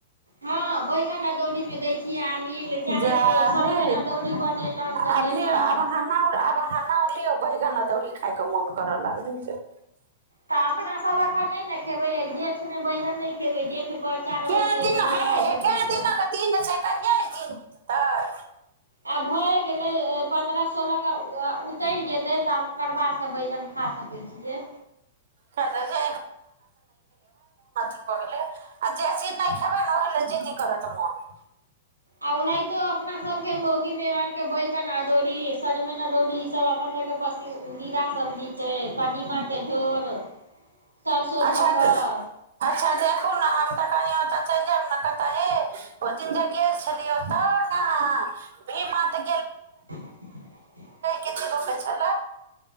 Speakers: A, on the right; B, on the right.
A: हँ बैगन अदौरी मे दै छियै आमिल चाहे
B: जा
A: सजमनि
B: हे
A: अदौरी बनेलहुँ तऽ
B: आब
A: देलहुँ
B: लि आब ह आब ह लि बैगन अदौड़री खाायके मोन करऽ लगल त
A: तऽ अपना सब एखन नहि ने खेबै जेठमे बै नहि खेबै जेठ बच्चा होै
B: कै
A: छै
B: दिन
A: तऽ नहि
B: है
A: खाइ छै
B: कै
A: बैगन
B: दिनक दिन छै कहिया ई दिन बिततै
A: आब भए गेलै पन्द्रह सोलह के उतरि जेतै तऽ आब करबासँ बैगन खा सकै छियै
B: खेतै जे भ गेलय आ जे चीज नहि खेबै ने ओहि लए जिद्दी करत मोन
A: आ ओनाहितो अपना सबके मौगी मेहर के बैगन अदोरी सजमनिना दौरीी ई सब अपन सबके पसिन घिरा सब्जी छै कदीमाके झोर सरसो
B: अच्छा
A: धऽ कऽ
B: अच्छा देखू ने हम तऽ कहनि ओतऽ चलि जायब ने कतऽ हे ओ दिन देख गेल छलियै तऽ यह भीमा त
A: <unintelligible>
B: किछु दुसै छलय